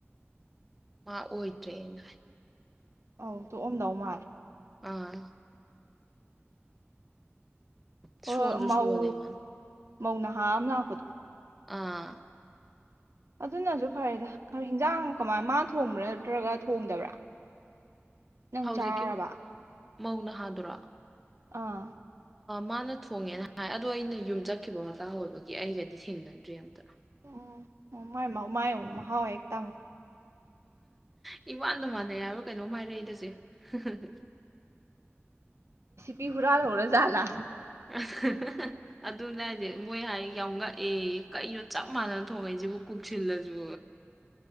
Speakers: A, in the centre; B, on the right.
A: ꯃꯥ ꯑꯣꯏꯗ꯭ꯔꯦꯅ ꯍꯥꯏ
B: ꯑꯧ ꯇꯣꯛꯑꯝꯗꯧ ꯃꯥꯥ
A: ꯑꯥ ꯁꯣꯟꯁꯨ
B: ꯑ
A: ꯁꯣꯜꯂꯦ
B: ꯃꯧ
A: ꯃꯥꯅ
B: ꯃꯧ ꯅꯍꯥ ꯑꯃ ꯂꯥꯛꯄꯗꯣ
A: ꯑꯥ
B: ꯑꯗꯨꯅꯁꯨ ꯐꯔꯦꯗ ꯈꯔ ꯍꯤꯟꯖꯥꯡ ꯀꯃꯥꯏ ꯃꯥ ꯊꯣꯡꯕ꯭ꯔꯥ ꯅꯠꯇ꯭ꯔꯒ ꯊꯣꯡꯗꯕ꯭ꯔꯥ ꯅꯪ
A: ꯍꯧꯖꯤꯛꯀꯤ
B: ꯆꯥꯔꯕ
A: ꯃꯧ ꯅꯍꯥꯗꯣꯔ
B: ꯑꯥ
A: ꯃꯥꯅ ꯊꯣꯡꯉꯦꯅ ꯍꯥꯏ ꯑꯗꯣ ꯑꯩꯅ ꯌꯨꯝ ꯆꯠꯈꯤꯕ ꯃꯇꯥꯡ ꯑꯣꯏꯕꯒꯤ ꯑꯩꯒꯗꯤ ꯊꯦꯡꯅꯗ꯭ꯔꯤ ꯑꯝꯇ
B: ꯎꯝ ꯃꯃꯥꯏ ꯃꯥꯏ ꯑꯃꯨꯛ ꯃꯥꯍꯥꯎ ꯌꯦꯛꯇꯪ
A: ꯎ ꯏꯃꯥꯟꯗ ꯃꯥꯟꯅ ꯌꯥꯔꯣ ꯀꯩꯅꯣꯝ ꯍꯥꯏꯔꯛꯏꯗ ꯆꯦ <unintelligible>
B: ꯄꯤ ꯍꯨꯔꯟꯍꯧꯔ ꯆꯜꯂ
A: <unintelligible> ꯑꯗꯨꯅꯦ ꯍꯥꯏꯁꯦ ꯃꯣꯏ ꯍꯥꯏ ꯌꯥꯝ ꯉꯛꯑꯦ ꯀꯩꯅꯣ ꯆꯞ ꯃꯥꯟꯅꯅ ꯊꯣꯡꯉꯛꯏꯁꯤꯕꯨ ꯀꯨꯞꯁꯤꯜꯂꯁꯨ